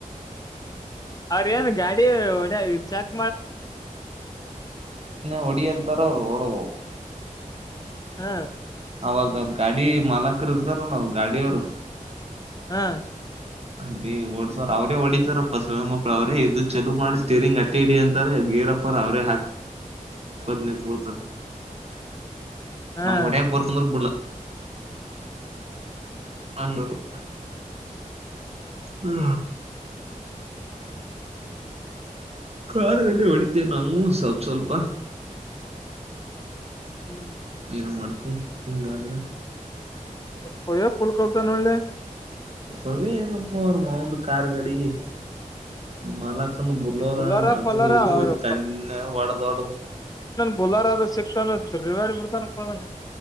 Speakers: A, on the left; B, on the right.
A: ಅರೇ ಏನು ಗಾಡಿ ಹೊಡಿಯಾಕ್
B: ಹೊಡಿಯಂತಾರ ಅವರು ಓಡವು
A: ಹಾ
B: ಅವಾಗ ಅವರು ಗಾಡಿ ಮಾಲಕರು ಇರ್ತಾರೆ ನೋಡು ಗಾಡಿಯ ಅವರು
A: ಹಾ
B: ಅಲ್ಲಿ ಓಡ್ಸರ್ ಅವ್ರೇ ಹೊಡಿತಾರಪ್ಪ ಸೂಳೆಮಕ್ಳ ಅವ್ರೇ ಇದು ಚಲೋ ಮಾಡಿ ಸ್ಟೀರಿಂಗ್ ಅಟ್ಟೆ ಇಡಿ ಅಂತಾರೆ ಗೇರಪ್ಪರ ಅವೇ ಹಾಕಿ ನಿಂತ್ಕೋತಾರೆ
A: ಹಾ
B: ನಮ್ಮಗೆ ಹೊಡಿಯಾಕೆ ಬರ್ತದೆ ಅಂದ್ರು ಬಿಡ್ಲಲ್ಲ ಹಂಗ ಅದು ಹ್ಮ ಕಾರು ಹೊಡಿತೇವೆ ನಾವು ಸ್ವಲ್ ಸ್ವಲ್ಪ
A: ಹ್ಮ್
B: ಏನು ಮಾಡುತಿ ಹಿಂಗಾದ್ರ
A: ಹೊಡಿಯಾಕ್ ಫುಲ್ ಕಲ್ತಾನಾ ನೋಡ್ಲೆ
B: ಪವಿ ಏನಪ್ಪಾ ಅವರ ಮಾವನ ಕಾರ್ ಗಾಡಿ ಮಾಲ್ ಬುಲೋರ
A: ಬುಲರ
B: ಅದು
A: ಪಲರ
B: ಇದು
A: ಅವ್ರು
B: ತನ್ನೆ ಹೊಡೆದು ಹೊಡೆದು
A: ಬುಲಾರ ಅದು ಸ್ವಿಫ್ಟ್ ತಿರ್ಗಾಡ್ತ ಬಿಡ್ತಾನಪ್ಪಾ ಅದನ್ನ